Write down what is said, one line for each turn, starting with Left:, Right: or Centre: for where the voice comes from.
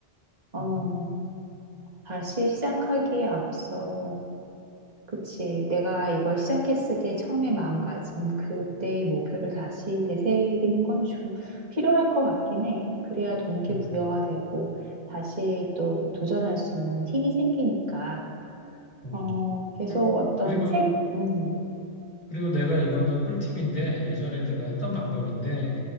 Right: 어,
Left: 음,
Right: 다시 시작하기에 앞서, 그치. 내가 이걸 시작했을 때 처음에 마음가짐, 그때의 목표를 다시 되새기는 건 좀 필요할 것 같긴 해. 그래야 동기부여가
Left: 음,
Right: 되고 다시 또 도전할 수 있는 힘이 생기니까.
Left: 음.
Right: 어, 계속
Left: 그,
Right: 어떤
Left: 그리고
Right: 책, 음,
Left: 그리고 내가 이거는 꿀팁인데 예전에 내가 했던 방법인데